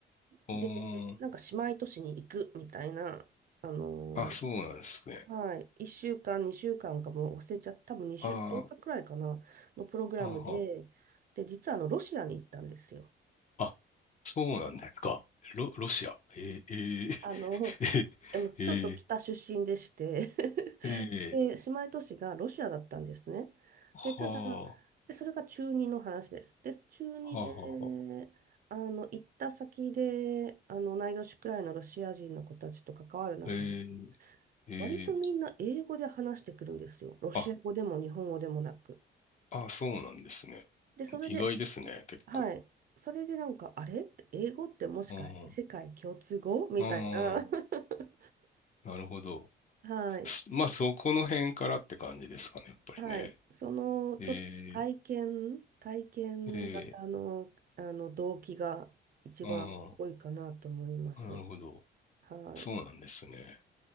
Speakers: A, on the left; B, on the right.
A: お
B: で、
A: ー
B: なんか姉妹都市に行くみたいな、あの
A: あ、そうなんですね。
B: はい、1週間、2週間かんかもう忘れちゃった、多分2週、
A: あー
B: 10日くらいかな、のプログラムで、
A: あは、
B: で、実はあのロシアに行ったんですよ。
A: あ、そうなんですか。ロ、ロシア。えー、
B: あの、
A: えー、
B: あのちょっと北出身でして
A: <laughs> え
B: <laughs>
A: ー、えー、
B: で、
A: えー、
B: 姉妹都市がロシアだったんですね。
A: は
B: で、ただ、で、それが中2の話です。で、中2で、
A: あ、はあ、は
B: あの、行った先で、あの、同い年くらいのロシア人の子たちと関わる中で、
A: あ、えー、えー、
B: 割とみんな英語で話してくるんですよ。ロシア語でも日本語でもなく。
A: あ、あ、そうなんですね。
B: で、それで、
A: 意外ですね、結構。
B: はい。それでなんか、あれって英語ってもしかして世界共通語みたいな。
A: うん、うん。
B: <laughs>
A: なるほど。
B: はい。
A: すまあ、そこの辺からって感じですかね、やっぱりね。
B: はい。その、ちょっと体験、
A: え
B: 体験型の、
A: ー、え
B: あの動機が一番多いかなと思います。
A: ー、ああ、なるほど。
B: はい。
A: そうなんですね。